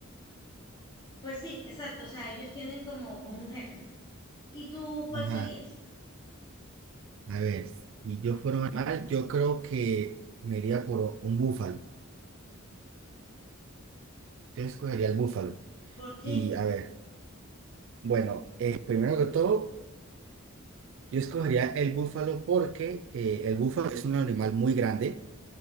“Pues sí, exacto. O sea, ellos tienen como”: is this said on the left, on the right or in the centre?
Left